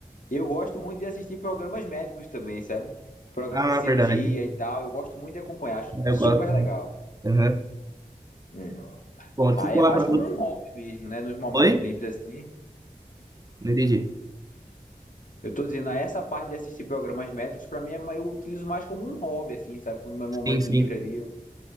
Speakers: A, on the left; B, on the right.
A: eu gosto muito de assistir programas médicos também, sabe? Programas
B: Ah,
A: de cirurgia
B: verdade.
A: e tal, eu gosto muito de acompanhar, acho
B: Eu
A: super
B: gosto. muito.
A: legal.
B: Aham.
A: Hum.
B: Bom, deixa
A: Aí
B: eu falar
A: é mais
B: pra
A: como
B: você.
A: um hobby mesmo, né? Nos momentos
B: Oi?
A: livres assim.
B: Não entendi.
A: Eu tô dizendo, ah, essa parte de assistir programas médicos, pra mim, é ma- eu utilizo mais como um hobby, assim, sabe? No meu momento
B: Sim, sim.
A: livre ali, eu